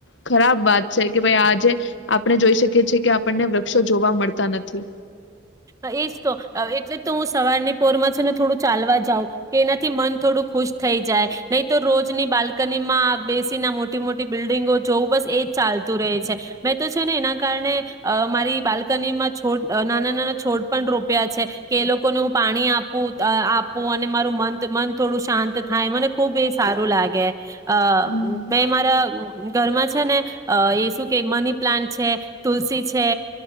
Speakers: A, on the left (about 75°); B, on the right (about 15°).
A: ખરાબ વાત છે કે ભાઈ આજે આપણે જોઈ શકીએ છીએ કે આપણને વૃક્ષો જોવા મળતા નથી.
B: એજ તો એટલે તો હું સવારની પોરમાં છે ને થોડું ચાલવા જાઉં કે એનાથી મન થોડું ખુશ થઈ જાય નહી તો રોજની બાલ્કનીમાં બેસી ના મોટી મોટી બિલ્ડિંગો જોવ બસ એજ ચાલતું રહે છે મેં તો છે ને એના કારણે મારી બાલ્કનીમાં છોડ નાના નાના. છોડ પણ રોપ્યા છે કે એ લોકોને હું પાણી આપું આપું અને મારું મન મન થોડું શાંત થાય મને ખુબ એ સારું લાગે. અ
A: હમ
B: બે મારા. ઘરમાં છે ને અ એ શું કે મની પ્લાન્ટ છે તુલસી છે